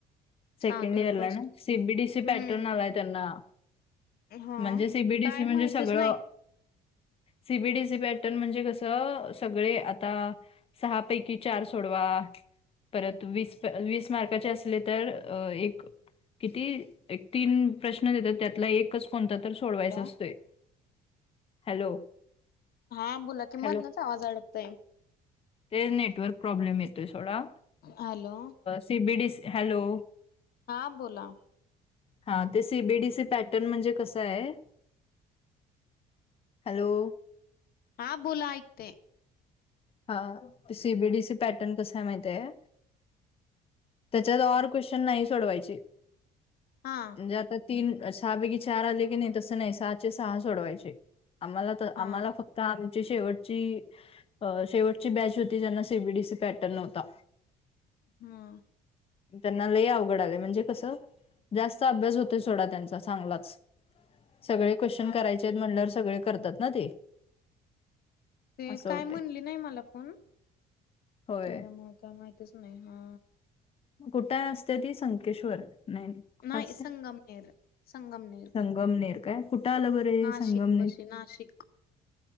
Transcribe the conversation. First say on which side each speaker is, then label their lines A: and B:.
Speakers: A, on the left; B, on the left.
A: चालू
B: सेकंड
A: आहे
B: इयरलाय
A: फर्स्ट.
B: ना सिबीडीसी
A: हम्म
B: पॅटर्न आलाय त्यांना.
A: हा
B: म्हणजे सीबीडीसी
A: काय
B: म्हणजे
A: माहितच
B: सगळं
A: नाही.
B: सीबीडीसी पॅटर्न म्हणजे कसं सगळे आता सहापैकी चार सोडवा. परत वीस वीस मार्काचे असले तर एक किती एक तीन प्रश्न देतात त्यातला एकच कोणता तर सोडवायचा
A: हॅलो
B: असतोय. हॅलो
A: हा बोला की
B: हॅलो
A: मधनच आवाज अडकतय.
B: ते नेटवर्क प्रॉब्लेम येत थोडा
A: हॅलो
B: सी बी दिस हॅलो.
A: हां बोला.
B: हा ते सीबीडी सी पॅटर्न म्हणजे कसं आहे. हॅलो.
A: हा बोला, ऐकते.
B: हा सीबीडीसी पॅटर्न कसाय माहिताय. त्याच्यात ऑर क्वेश्चन नाही सोडवायचे.
A: हा.
B: म्हणजे आता तीन सहापैकी चार आले की नाही तसं नाही सहाचे सहा सोडवायचे आम्हाला. आम्हाला
A: हा
B: फक्त आमची शेवटची अ शेवटची बॅच होती ज्यांना सीबीडीसी पॅटर्न होता.
A: हम.
B: त्यांना लय अवघड आलय, म्हणजे कसं जास्त अभ्यास होतोय सथोडा त्यांचा चांगलाच सगळे क्वेश्चन
A: हा.
B: करायचेत म्हणल्यावर सगळे करतात ना ते.
A: ते
B: असं
A: काय
B: होते
A: म्हणले नाही मला पण
B: होय
A: त्या म काय माहितच नाही हा.
B: कुठंय असते ती संकेश्वर, नाही, नाही. कुठं
A: नाही
B: असते
A: संगमनेर संगमनेर.
B: संगमनेर काय कुठे आलं बरं
A: नाशिक
B: संगमनेर.
A: पशी नाशिक